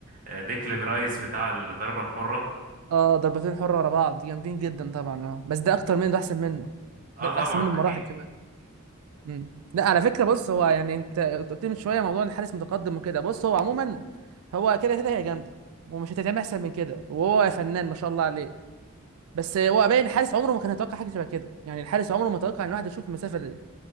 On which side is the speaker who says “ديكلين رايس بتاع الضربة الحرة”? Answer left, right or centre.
Right